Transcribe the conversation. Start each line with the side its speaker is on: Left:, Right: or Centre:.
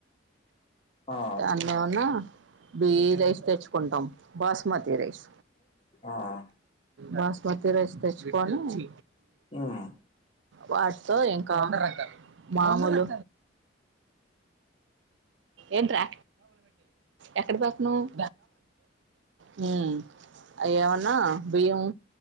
Left: ఆ
Right: దాన్నేమన్నా బీ రైస్ తెచ్చుకుంటాం బాస్మతి రైస్
Left: ఆహ్ అ
Right: బాస్మతి రైస్ తెచ్చుకొని
Left: ఉమ్
Right: వాటితో ఇంక్ కా మామూలు ఏంట్రా ఎక్ డ పోతున్నావ్ హ్మ్ అయెమన్నా బియ్యము